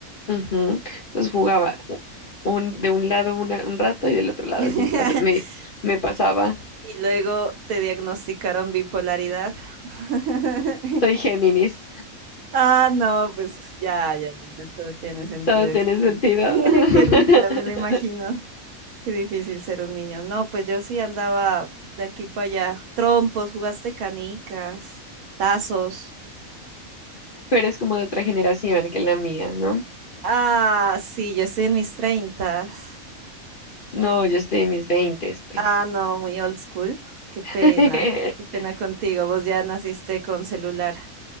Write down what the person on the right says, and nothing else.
<laughs>
Y luego te diagnosticaron bipolaridad. <laughs>
Ah, no, pues ya, ya, ya, no todo tiene sentido.
excelente.
<laughs>
Qué risa, me lo imagino. Qué difícil ser un niño. No, pues yo sí andaba de aquí para allá. Trompos, jugaste canicas, tazos.
Ah, sí, yo estoy en mis treintas.
Ah, no, muy old school. Qué pena,
qué pena contigo. Vos ya naciste con celular.